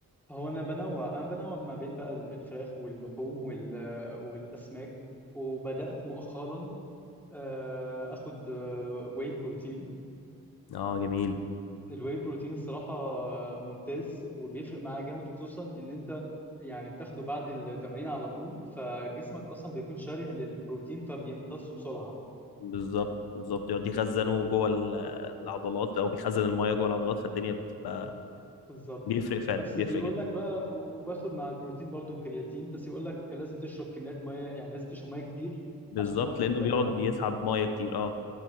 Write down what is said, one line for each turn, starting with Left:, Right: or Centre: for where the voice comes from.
Centre: هو انا بنوع انا بنوع ما بين بقى ال- الفراخ واللحوم وال- والاسماك وبدات مؤخرا آه، اخد واي بروتين
Left: اه جميل
Centre: الواي بروتين الصراحه ممتاز وبيفرق معاه جامد خصوصا ان انت يعني بتاخده بعد التمرين على طول فجسمك اصلا بيكون شره للبروتين فبيمتصه بسرعه
Left: بالظبط بالظبط يقعد يخزنه جوه ال- العضلات او بيخزن المايه جوه العضلات فالدنيا بتبقى
Centre: بالظبط
Left: بيفرق فعلا
Centre: بس
Left: بيفرق
Centre: بيقول
Left: جدا
Centre: لك بقى وباخد مع البروتين برضو كرياتين بس يقول لك لازم تشرب كميات ميه يعني لازم تشرب ميه كتير
Left: بالظبط
Centre: عشان خاطر
Left: لانه
Centre: تقريبا
Left: بيقعد يسحب مايه كتير اه